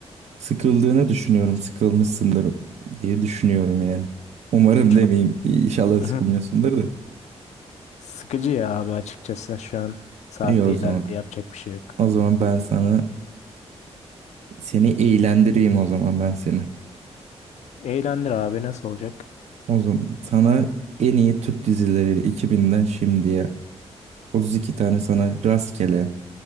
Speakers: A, on the right; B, on the left.
A: Sıkıldığını düşünüyorum. Sıkılmışsındır diye düşünüyorum yani. Umarım
B: Çok
A: demeyeyim. İnşallah
B: <laughs>
A: sıkılmıyorsundur da.
B: sıkıcı ya abi açıkçası şu an. Saat
A: İyi o
B: de
A: zaman.
B: ilerledi yapacak bir şey yok.
A: O zaman ben sana seni eğlendireyim o zaman ben seni.
B: Eğlendir abi nasıl olacak?
A: O zaman sana en iyi Türk dizileri 2000'den şimdiye 32 tane sana rastgele